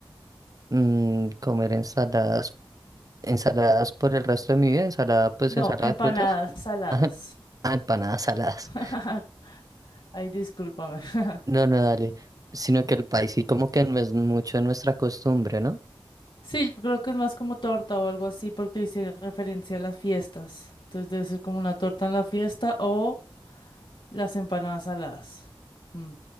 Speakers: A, on the right; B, on the left.
A: Mm, comer ensaladas, ensaladas por el resto de mi vida, ensalada, pues
B: No,
A: ensalada
B: empanadas
A: de frutas,
B: saladas.
A: <laughs> ah, empanadas saladas.
B: <laughs> Ay, discúlpame. <laughs>
A: No, no, dale. Sino que el país sí como que no es mucho nuestra costumbre, ¿no?
B: Sí, yo creo que es más como torta o algo así porque hice referencia a las fiestas. Entonces debe ser como una torta en la fiesta o las empanadas saladas. Mm.